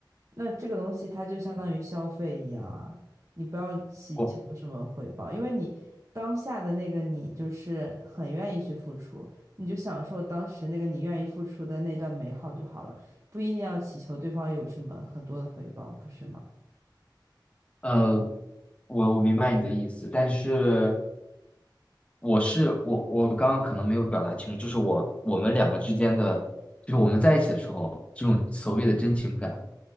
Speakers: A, on the right; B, on the left.
A: 那这个东西它就相当于消费一样啊，你不要祈求什么回报，
B: 我
A: 因为你当下的那个你就是很愿意去付出，你就享受当时那个你愿意付出的那段美好就好了，不一定要祈求对方有什么很多的回报，不是吗？
B: 呃，我我明白你的意思，但是我是我我刚刚可能没有表达清楚，就是我我们两个之间的，就是我们在一起的时候，这种所谓的真情感。